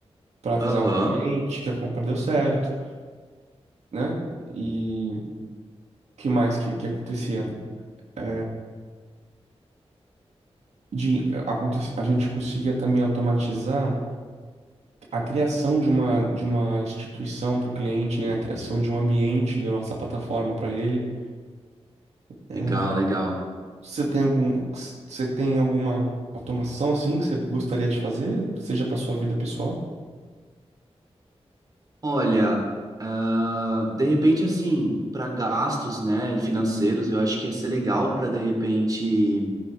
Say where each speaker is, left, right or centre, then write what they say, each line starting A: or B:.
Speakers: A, on the right (about 85°); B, on the right (about 35°).
A: para avisar
B: aham,
A: o cliente que a compra deu certo, né? E o que mais que, que acontecia? É, De, aconte- a gente conseguia também automatizar a criação de uma, de uma instituição para o cliente, né? A criação de um ambiente da nossa plataforma para ele. É,
B: legal, legal.
A: Você tem algum, você tem alguma automação assim que você gostaria de fazer, seja para sua vida pessoal?
B: Olha, ah, de repente, assim, para gastos, né, financeiros, eu acho que ia ser legal para, de repente,